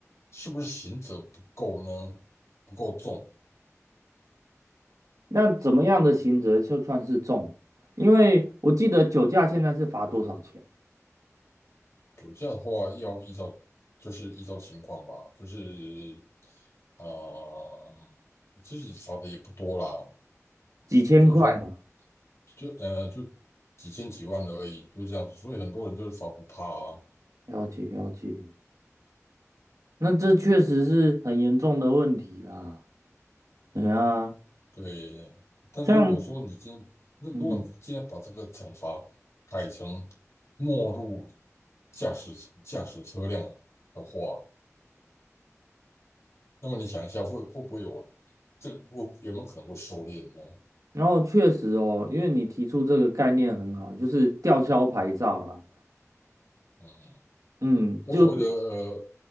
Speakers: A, on the left; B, on the right.
A: 是不是刑责不够呢？不够重？
B: 那怎么样的刑责就算是重？因为我记得酒驾现在是罚多少钱？
A: 对，这样的话要依照就是依照情况吧，就是啊、呃，其实罚的也不多啦，
B: 几千块嘛，
A: 就从就呃就几千几万而已，就这样子。所以很多人就是罚不怕啊，
B: 了解了解。那这确实是很严重的问题啦。哎呀，
A: 对。但如果说你今那如果你今天把这个惩罚改成
B: 像嗯，
A: 没入驾驶驾驶车辆的话，那么你想一下，会会不会有这个会有没有可能会收敛呢？
B: 然后确实哦，因为你提出这个概念很好，就是吊销牌照啦。
A: 嗯，
B: 嗯，
A: 我所谓的呃，
B: 就是